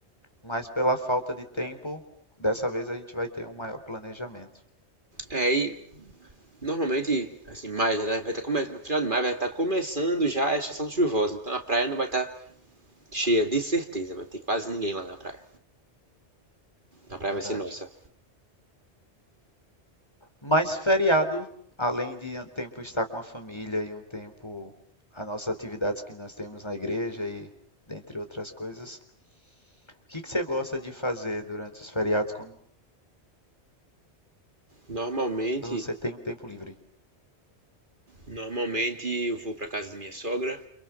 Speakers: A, on the left; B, on the right.
A: Mas pela falta de tempo, dessa vez a gente vai ter um maior planejamento,
B: É, e normalmente, assim, maio já tá, vai estar começando, no final de maio vai estar começando já a estação chuvosa, então a praia não vai estar cheia, de certeza, vai ter quase ninguém lá na praia. A praia
A: verdade.
B: vai ser nossa.
A: Mas feriado, além de um tempo estar com a família e um tempo as nossas atividades que nós temos na igreja e dentre outras coisas, o que que você gosta de fazer durante os feriados quando
B: Normalmente,
A: você tem um tempo livre?
B: normalmente eu vou pra casa da minha sogra,